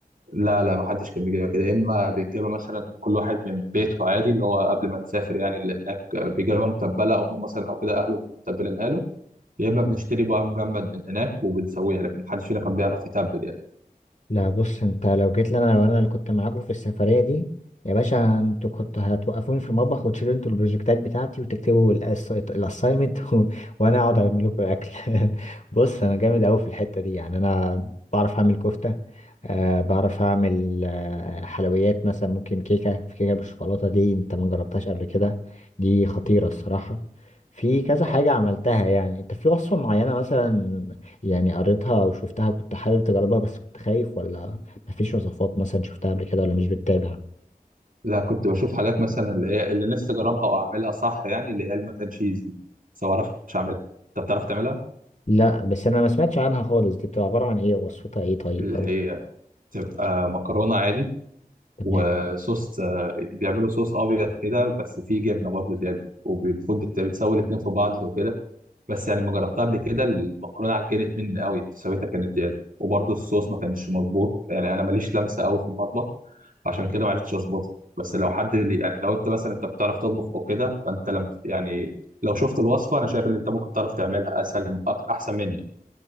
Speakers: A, on the right; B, on the left.
A: لا لا ما حدش كان بيجيبها كده يا اما بيجيبها مثلا كل واحد من بيته عادي اللي هو قبل ما نسافر يعني اللي هناك بيجيبها متبله امه مثلا او كده اهله متبلينها له يا اما بنشتري بقى مجمد من هناك وبنسويها لكن محدش فينا كان بيعرف يتبل يعني
B: لا بص انت لو جيت لي انا لو انا اللي كنت معاكم في السفريه دي يا باشا انتوا كنتوا هتوقفوني في المطبخ وتشيلوا انتوا البروجكتات بتاعتي وتكتبوا الاساينمنت <laughs> و... وانا اقعد اعمل لكم الاكل <laughs> بص انا جامد قوي في الحته دي يعني انا بعرف اعمل كفته أه بعرف اعمل آه، حلويات مثلا ممكن كيكه في كيكه بالشوكولاته دي انت ما جربتهاش قبل كده دي خطيره الصراحه في كذا
A: آه.
B: حاجه عملتها يعني انت في وصفه معينه مثلا يعني قريتها او شفتها كنت حابب تجربها بس كنت خايف ولا مفيش وصفات مثلا شفتها قبل كده ولا مش بتتابع
A: لا كنت بشوف حاجات مثلا اللي هي اللي نفسي اجربها واعملها صح يعني اللي هي المكن تشيز دي بس ما اعرفش اعملها انت بتعرف تعملها
B: لا بس انا ما سمعتش عنها خالص دي بتبقى عبارة عن ايه وصفتها ايه طيب
A: اللي
B: او
A: هي تبقى مكرونه عادي
B: تمام
A: وصوص آه، بيعملوا صوص ابيض كده بس فيه جبنه برضه زياده وبالمفروض بت- بتسوي الاتنين في بعض وكده بس يعني ما جربتها قبل كده المكرونه عجنت مني قوي سويتها كانت زياده وبرضه الصوص ما كانش مظبوط يعني انا ماليش لمسه قوي في المطبخ عشان كده ما عرفتش اظبطها بس لو حد اللي يعني لو انت مثلا انت بتعرف تطبخ او كده فانت لم يعني لو شفت الوصفه انا شايف ان انت ممكن تعرف تعملها اسهل أك- احسن مني